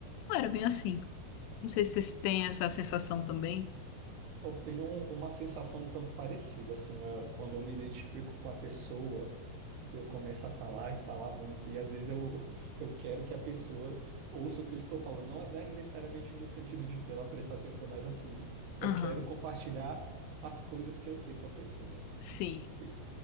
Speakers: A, on the left (about 90°); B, on the right (about 80°).
A: não era bem assim. Não sei se vocês têm essa sensação também.
B: eu tenho uma sensação um tanto parecida, assim, ah, quando eu me identifico com a pessoa, eu começo a falar e falar muito, e às vezes eu, <laughs> eu quero que a pessoa ouça o que eu estou falando, não é não é necessariamente no sentido de dela prestar atenção, mas assim, eu
A: Aham,
B: quero compartilhar as coisas que eu sei com a pessoa.
A: Sim,
B: E,